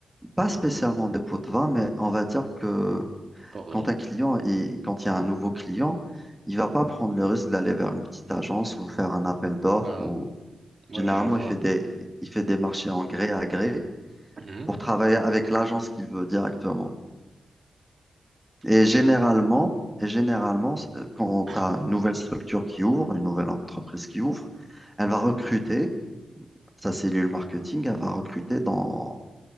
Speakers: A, in the centre; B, on the right.
A: pas spécialement des pots de vin, mais on va dire que
B: Par,
A: quand
B: euh,
A: un client, il- quand il y a un nouveau client, il va pas prendre le risque d'aller vers une petite agence ou faire un appel d'offres
B: ah,
A: ou
B: oui,
A: généralement,
B: je vois.
A: il fait des, il fait des marchés en gré à gré
B: Mhm,
A: pour travailler avec l'agence qu'il veut directement. Et
B: Ok.
A: généralement, et généralement, s- euh, quand
B: <coughs>
A: tu as une nouvelle structure qui ouvre, une nouvelle entreprise qui ouvre, elle va recruter, sa cellule marketing, elle va recruter dans,